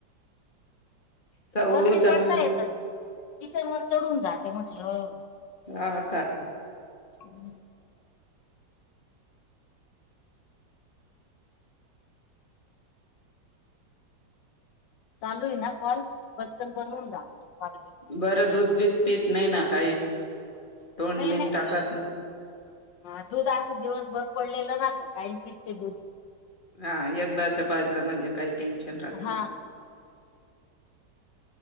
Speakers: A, on the left; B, on the left.
A: चऊ
B: वरती
A: चऊ
B: चढता येत किचन वर चढून जाते म्हटलं
A: ह ह का
B: हम्म चालू आहे ना कॉल बचकन बनवून जातो तो कॉल बी,
A: बरं दूध बध पत नाही ना काही तोंड
B: नाहीेन
A: बिन टाकत नाही
B: हा दूध असं दिवसभर पडलेलं नात काही पिकते दूध
A: हा एकदाचा पाजला म्हणजे काही टेन्शन राहत
B: हा
A: ना,